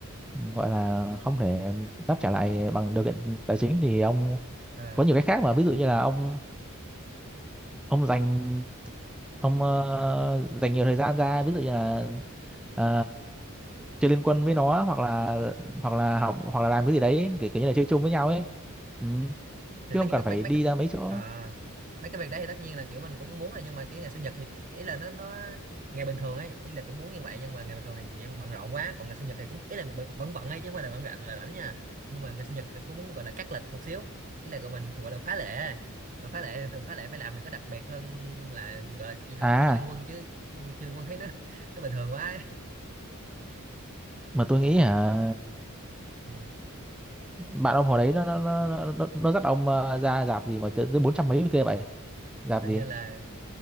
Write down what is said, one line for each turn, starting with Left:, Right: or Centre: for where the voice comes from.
Centre: gọi là không thể đáp trả lại bằng điều kiện tài chính thì ông
Right: ờ.
Centre: có nhiều cái khác mà ví dụ như là ông ông dành ông ờ, dành nhiều thời gian ra ví dụ như là ờ, chơi liên quân với nó hoặc là hoặc là học hoặc là làm cái gì đấy kiểu, kiểu như là chơi chung với nhau ấy ừ.
Right: thì
Centre: chứ
Right: tất
Centre: không
Right: nhiên
Centre: cần
Right: mấy
Centre: phải
Right: mấy, mấy
Centre: đi
Right: cái
Centre: ra mấy chỗ
Right: à, mấy cái việc đấy thì tất nhiên là kiểu mình cũng muốn rồi nhưng mà cái ngày sinh nhật thì ý là nó nó ngày bình thường ấy ý là cũng muốn như vậy nhưng mà ngày bình thường thì dạng bận rộn quá còn ngày sinh nhật thì cũng ý là bận- vẫn bận ấy chứ không phải là bận rộn là rảnh nha nhưng mà ngày sinh nhật thì cũng muốn gọi là cắt lịch một xíu ý là gọi mình gọi là phá lệ mà phá lệ thì thường phá lệ phải làm mình có đặc biệt hơn là gọi là chị học
Centre: à
Right: hay chơi liên quân chứ chơi liên quân thấy nó <laughs> nó bình thường quá ấy.
Centre: mà tôi nghĩ hả
Right: Ừ.
Centre: bạn ông hồi đấy nó nó nó nó, nó nó dắt ông ờ, ra dạp gì mà tới tới bốn trăm mấy kia vậy dạp
Right: hình
Centre: gì
Right: như là